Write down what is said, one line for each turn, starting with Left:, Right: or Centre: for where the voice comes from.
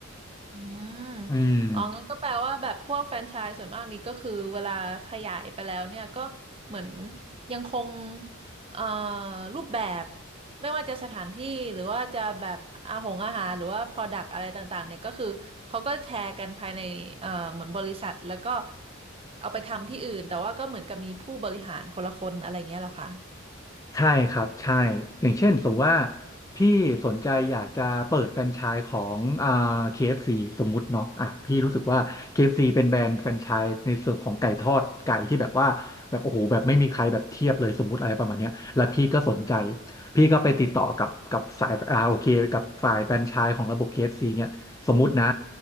Right: อืม
Left: อืม
Right: อ๋องั้นก็แปลว่าแบบพวกแฟรนไชส์ส่วนมากนี้ก็คือเวลาขยายไปแล้วเนี่ยก็เหมือนยังคงเอ่อรูปแบบไม่ว่าจะสถานที่หรือว่าจะแบบอาหงอาหารหรือว่า Product อะไรต่างๆเนี่ยก็คือเขาก็แชร์กันภายในเอ่อเหมือนบริษัทแล้วก็เอาไปทำที่อื่นแต่ว่าก็เหมือนกับมีผู้บริหารคนละคนอะไรเงี้ยเหรอคะ
Left: ใช่ครับใช่อย่างเช่นสมมติว่าพี่สนใจอยากจะเปิดแฟรนไชส์ของอ่า KFC สมมุติเนาะอ่ะพี่รู้สึกว่า KFC เอฟซีเป็นแบรนด์แฟรนไชส์ในส่วนของไก่ทอดไก่ที่แบบว่าแบบโอ้โหแบบไม่มีใครแบบเทียบเลยสมมุติอะไรประมาณเนี้ยแล้วพี่ก็สนใจพี่ก็ไปติดต่อกับกับสายอ่าโอเคกับฝ่ายแฟรนไชส์ของระบบ KFC เอฟซีเนี่ยสมมุตินะ